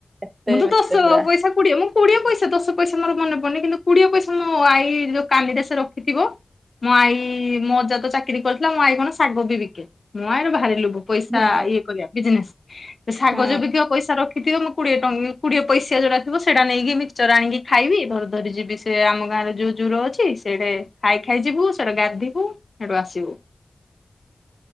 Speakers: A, on the right; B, on the left.
A: ଏତେ
B: ମୁଁ ତ ଦଶ
A: ବ୍ୟସ୍ତେ ପୁରା
B: ପଇସା କୋଡିଏ ମୁଁ କୋଡିଏ ପଇସା ଦଶ ପଇସା ମୋର ମନେ ପଡନି କିନ୍ତୁ କୋଡିଏ ପଇସା ମୋ ଆଇ ଯୋଉ କାନିରେ ସେ ରଖିଥିବ ମୋ ଆଈ ମୋ ଅଜା ତ ଚାକିରି କରିଥିଲା ମୋ ଆଈ କଣ ଶାଗ ବି ବିକେ ମ ଆଇର ଭାରି ଲୋଭ। ପଇସା
A: ହଁ।
B: ଇଏ କରିବା ବିଜନେସ ଶାଗ
A: ହଁ
B: ଜେ ବିିକିବପଇସା ରଖ ଥିବ ମୁଁ କୋଡ଼ିଏ କୋଡିଏ ପଇସା ଯଉରା ଥିବ ସେଟା ନେଇକି ମିକ୍ଚର ଆଣିକି ଖାଇବି ଧରି ଧରି ଯିବି ସେ ଆମ ଗାଁରେ ଯୋଉ ଜର ଅଛି ସେଟେ ଖାଇ ଖାଇ ଯିବୁ ସେଟା ଗାଧିବୁ ସେଠୁ ଆସିବୁ।